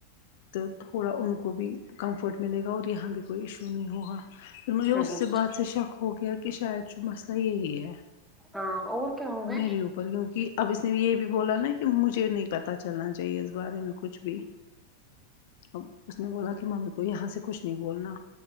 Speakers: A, on the left; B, in the centre.
A: تو تھوڑا ان کو بھی کمفرٹ ملے گا اور یہاں بھی کوئی ایشو نہیں ہوگا پھر مجھے اس
B: ہوں
A: سے بات سے شک ہو گیا کہ شاید جو مسئلہ یہی ہے
B: ہاں اور کیا ہوگا
A: میرے اوپر کیوںکہ اب اس نے یہ بھی بولا نا کہ مجھے نہیں پتا چلنا چاہیے اس بارے میں کچھ بھی اب اس نے بولا ک ممے کو یہاں سے کچھ نہیں بولنا